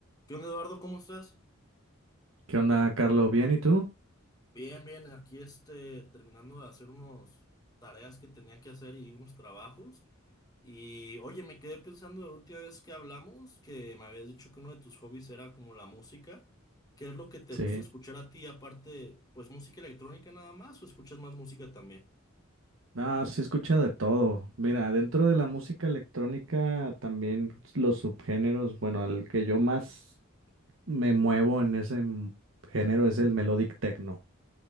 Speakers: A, on the left; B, on the right.
A: ¿Qué onda, Eduardo? ¿Cómo estás?
B: ¿Qué onda, Carlos? ¿Bien y tú?
A: Bien, bien, aquí este, terminando de hacer unas tareas que tenía que hacer y unos trabajos. Y oye, me quedé pensando la última vez que hablamos, que me habías dicho que uno de tus hobbies era como la música. ¿Qué es lo que te
B: Sí.
A: gusta escuchar a ti? Aparte, pues música electrónica nada más, o escuchas más música también.
B: No, sí escucha de todo. Mira, dentro de la música electrónica también pues, los subgéneros, bueno, al que yo más me muevo en ese m- género es el melodic techno.